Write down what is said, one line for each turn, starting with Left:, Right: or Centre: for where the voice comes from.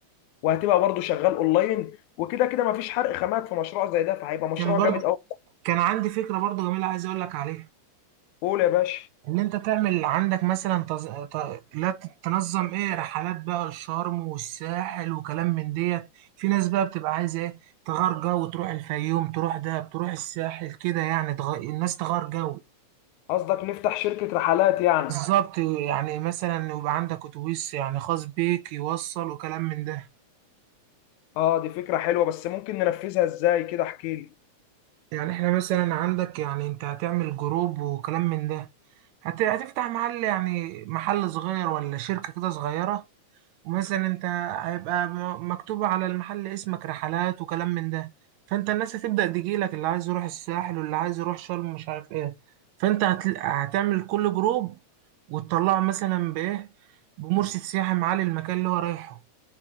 Left: وهتبقى برضه شغال اونلاين وكده كده مفيش حرق خامات في مشروع زي ده فهيبقى مشروع
Right: كان برضه
Left: جامد قوي
Right: كان عندي فكره برضه جميله عايز اقول لك عليها
Left: قول يا باشا
Right: ان انت تعمل عندك مثلا تز... ت... لا ت- تنظم ايه رحلات بقى الشرم والساحل وكلام من ديت في ناس بقى بتبقى عايزه ايه تغير جو وتروح الفيوم تروح دهب تروح الساحل كده يعني تغ... الناس تغير جو
Left: قصدك نفتح شركة رحلات يعني
Right: بالظبط يعني مثلا يبقى عندك اتوبيس يعني خاص بيك يوصل وكلام من ده
Left: اه دي فكرة حلوة بس ممكن ننفذها ازاي كده احكي لي
Right: يعني احنا مثلا عندك يعني انت هتعمل جروب وكلام من ده هت- هتفتح محل يعني محل صغير ولا شركة كده صغيرة ومثلا انت هيبقى م- مكتوب على المحل اسمك رحلات وكلام من ده فانت الناس هتبدأ تجيلك اللي عايز يروح الساحل واللي عايز يروح شرم مش عارف ايه فانت هتل... هتعمل كل جروب وتطلعه مثلا بايه بمرشد سياحي معالي المكان اللي هو رايحه